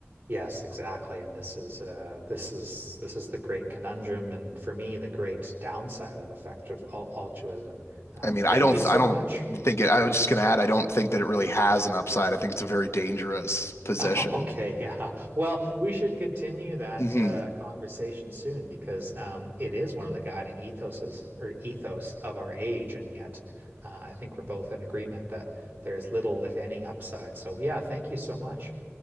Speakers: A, on the right; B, on the left.
A: Yes, exactly. And this is uh this is this is the great conundrum and for me the great downside of effective al altruism. Um,
B: I mean,
A: thank
B: I don't,
A: you so
B: I don't
A: much
B: think it. I was
A: uh,
B: just gonna add, I don't think that it really has an upside. I think it's a very dangerous
A: <laughs>
B: position.
A: Oh, Okay, yeah. Well, we should continue that
B: hmm
A: uh, conversation soon because um, it is one of the guiding ethoses or ethos of our age, and yet uh, I think we're both in agreement that there is little, if any, upside. So, yeah, thank you so much.